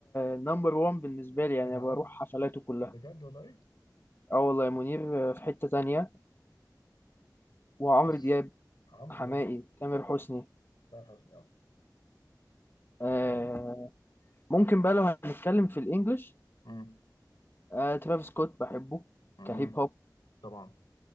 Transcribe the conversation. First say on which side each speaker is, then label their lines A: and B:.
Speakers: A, on the left; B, on the left.
A: نمبر وان بالنسبة لي يعني
B: انا عارف
A: بروح حفلاته كلها
B: بجد والله
A: اه والله منير في حتة تانية وعمرو
B: مش
A: دياب
B: عمرو
A: حماقي
B: دياب
A: تامر حسني
B: تامر حسني اه
A: آه
B: آه،
A: ممكن بقى لو هنتكلم في الانجليش
B: امم
A: آه ترافيس سكوت بحبه
B: امم
A: كهيب هوب
B: طبعا